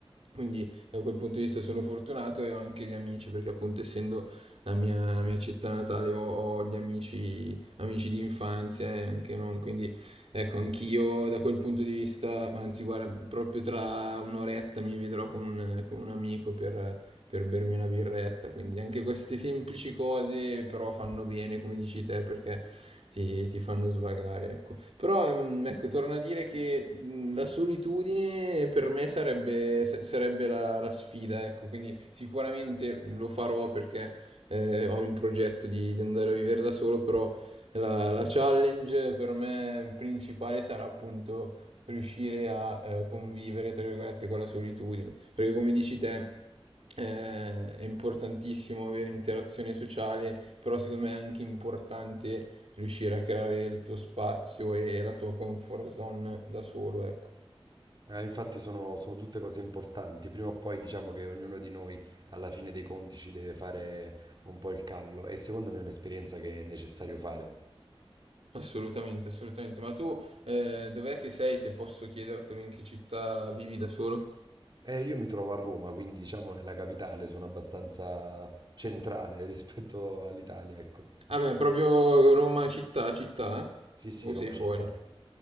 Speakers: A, on the right (about 85°); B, on the right (about 45°).
A: Quindi da quel punto di vista sono fortunato e ho anche gli amici, perché appunto essendo la mia, la mia città natale ho, ho gli amici, amici di infanzia e anche non, quindi ecco, anch'io da quel punto di vista, anzi guarda, proprio tra un'oretta mi vedrò con un, con un amico per per bermi una birretta. Quindi anche queste semplici cose però fanno bene, come dici te, perché ti, ti fanno svagare, ecco. Però ehm, ecco, torna a dire che mh, la solitudine per me sarebbe, sa- sarebbe la, la sfida, ecco. Quindi sicuramente lo farò perché eh, ho in progetto di, di andare a vivere da solo, però la, la challenge per me principale sarà appunto riuscire a eh, convivere, tra virgolette, con la solitudine. Perché come dici te, eh, è importantissimo avere interazione sociale, però secondo me è anche importante riuscire a creare il tuo spazio e la tua comfort zone da solo, ecco.
B: Eh, infatti sono, sono tutte cose importanti. Prima o poi diciamo che ognuno di noi alla fine dei conti ci deve fare un po' il callo e secondo me è un'esperienza che è necessario fare.
A: Assolutamente, assolutamente. Ma tu, eh, dov'è che sei, se posso chiedertelo, in che città vivi da solo?
B: Eh, io mi trovo a Roma, quindi diciamo nella capitale, sono abbastanza centrale <laughs> rispetto all'Italia, ecco.
A: Ah beh, proprio Roma città, città? eh?
B: Sì, sì,
A: O
B: Roma
A: sei fuori?
B: città.